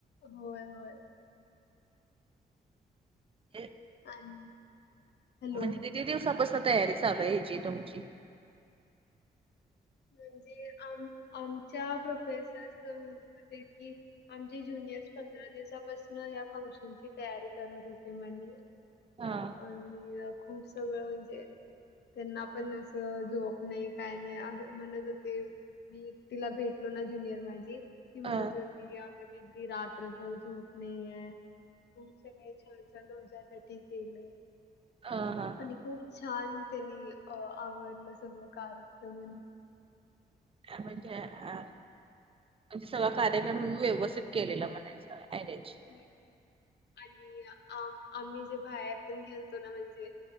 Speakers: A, on the left; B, on the right.
A: होय-होय.
B: ए.
A: आणि हॅलो.
B: म्हणजे किती दिवसापासनं तयारी चालू हाय ह्याची तुमची
A: म्हणजे आम- आमच्या प्रोफेसर सर म्हणत होते की आमचे ज्युनियर्स पंधरा दिवसापासणं या फंक्शन ची तयारी करत होते म्हणे.
B: हं.
A: आणि खूप सगळं म्हणजे त्यांना पण असं झोप नाही, काय नाही असं. म्हणत होते मी तिला भेटलो ना, ज्युनियर माझी ती म्हणत
B: हा
A: हो <unintelligible> रात्रभर झोप नई हे. तुमचे <unintelligible> छान- छान तुमच्यासाठी केलं.
B: अं हं.
A: आणि खूप छान त्यांनी अं आवरलं सगळं कार्यक्रम
B: अं म्हणजे आ म्हणजे सगळा कार्यक्रम व्यवस्थित केलेला म्हणायचं अरेंज.
A: होय होय. आणि आ- आम्ही जे बाहेरतून घेलतो ना म्हणजे